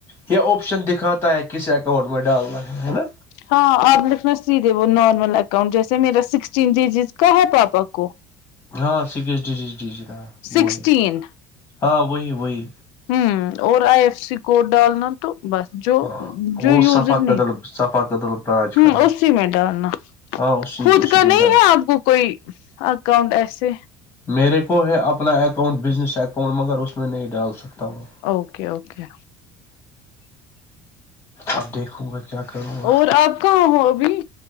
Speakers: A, on the left; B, on the left.
A: یہ آپشن دکھاتا ہے کسی اکاؤنٹ میں ڈالنا ہے ہے نا-
B: ہاں اور لکھنا سیدھے وہ نارمل اکاؤنٹ جیسے میرا سکسٹین ڈی جیز کا ہے پاپا کو-
A: ہاں سکس ڈیجی ڈیجیٹ ہاں-
B: سکسٹین,
A: وہ ہے ہاں وہی وہی
B: ہوں اور آئی ایف سی کوڈ ڈالنا- تو بس جو,
A: ہاں
B: جو
A: وہ صفا
B: وزر
A: قدل
B: نہیں
A: صفا قدل برانچ
B: ہ
A: کا ہے
B: اسی میں ڈالنا-
A: ہاں اسی
B: خود
A: اسی
B: کا
A: میں
B: نہیں
A: ڈال
B: ہے آپ کو کوئی اکاؤنٹ ایسے-
A: میرے کو ہے اپنا اکاؤنٹ بزنس اکاؤنٹ مگر اس میں نہیں ڈال سکتا ہوں-
B: اوکے- اوکے
A: اب دیکھو گا کیا کروں گا
B: اور آپ کہاں ہو ابھی